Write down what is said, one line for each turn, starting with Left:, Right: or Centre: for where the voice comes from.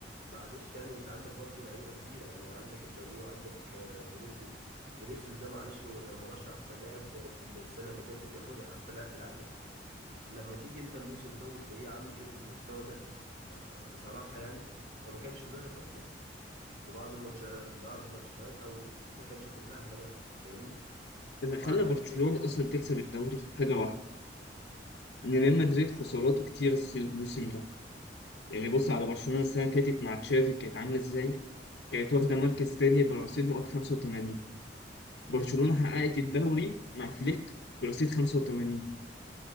Right: معلش يعني انت عندك برضو لعيبه كبيره يعني عندك امبابي وعندك آه فينيسيوس فينيسيوس ده معلش هو كان مرشح احسن لاعب في السنه اللي فاتت ياخدها احسن لاعب في العالم لما تيجي انت الموسم ده وتلاقيه عامل كده بالمستوى ده ما- ما- بصراحة يعني هو ما كانش ظاهر اصلا في بعض الماتشات بعض الماتشات او ما كانش كلها كمان فاهمني
Left: اللي خلى
Right: وعندك
Left: برشلونة
Right: كده
Left: أصلا تكسب الدوري حاجة واحدة إن ريال مدريد خساراته كتير الس- الموسم ده يعني بص على برشلونة السنة اللي فاتت مع تشافي كانت عاملة إزاي كانت واخدة مركز تاني برصيد نقط 85 برشلونة حققت الدوري مع فليك برصيد 85